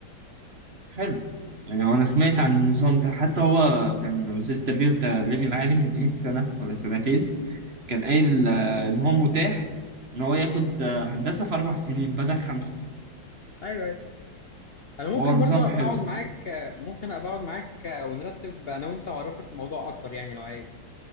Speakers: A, on the right; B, on the left.
A: حلو يعني هو انا سمعت عن النظام ده حتى هو كان وزير التربية والتعليم العالي من قيمة سنة ولا سنتين كان قايل آه، إن هو متاح إن هو ياخد آه، هندسة في أربع سنين بدل خمسة
B: ايوه ايوه انا ممكن
A: هو نظام
B: برضه ابقى
A: حلو
B: اقعد معاك ممكن ابقى اقعد معاك ونرتب انا وانت واعرفك الموضوع اكتر يعني لو عايز